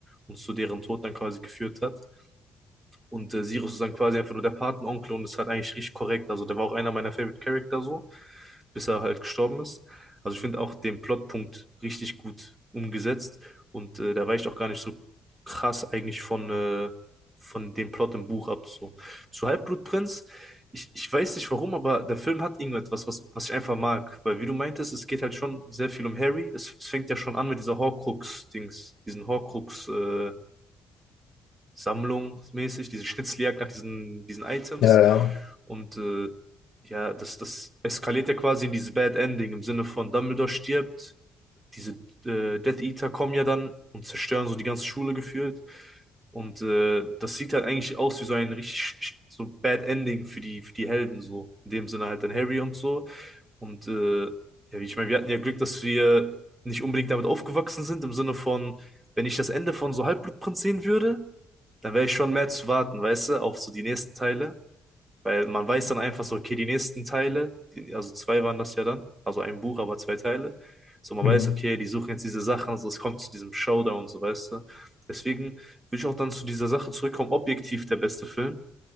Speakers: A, on the right (about 20°); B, on the left (about 75°).
A: und zu deren Tod dann quasi geführt hat. Und äh, Sirius ist dann quasi einfach nur der Patenonkel und ist halt eigentlich richtig korrekt. Also der war auch einer meiner Favorite Character so, bis er halt gestorben ist. Also ich finde auch den Plotpunkt richtig gut umgesetzt und äh, der weicht auch gar nicht so krass eigentlich von, äh, von dem Plot im Buch ab. So. Zu Halbblutprinz, ich, ich weiß nicht warum, aber der Film hat irgendetwas, was, was ich einfach mag. Weil wie du meintest, es geht halt schon sehr viel um Harry. Es, es fängt ja schon an mit dieser Horcrux-Dings, diesen Horcrux- äh, sammlungsmäßig, diese Schnitzeljagd nach diesen, diesen Items.
B: Ja, ja.
A: Und äh, ja, das, das eskaliert ja quasi in dieses Bad Ending im Sinne von Dumbledore stirbt, diese äh, Death Eater kommen ja dann und zerstören so die ganze Schule gefühlt. Und äh, das sieht halt eigentlich aus wie so ein richtig sch- sch- so Bad Ending für die, für die Helden, so. In dem Sinne halt dann Harry und so. Und äh, ja, wie ich meine, wir hatten ja Glück, dass wir nicht unbedingt damit aufgewachsen sind, im Sinne von, wenn ich das Ende von so Halbblutprinz sehen würde, dann wäre ich schon mehr zu warten, weißt du, auf so die nächsten Teile. Weil man weiß dann einfach so, okay, die nächsten Teile, die, also zwei waren das ja dann, also ein Buch, aber zwei Teile. So, man
B: Hm.
A: weiß, okay, die suchen jetzt diese Sachen, also es kommt zu diesem Showdown und so, weißt du. Deswegen will ich auch dann zu dieser Sache zurückkommen, objektiv der beste Film.